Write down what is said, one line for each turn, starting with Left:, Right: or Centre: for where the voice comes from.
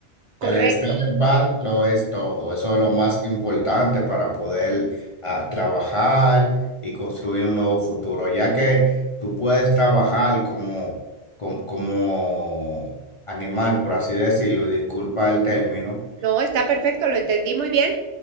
Right: Correcto.
Left: El estar en paz lo es todo. Eso es lo más importante para poder ah, trabajar y construir un nuevo futuro, ya que tú puedes trabajar como, com- como, animal, por así decirlo, y disculpa el término.
Right: No, está perfecto, lo entendí muy bien.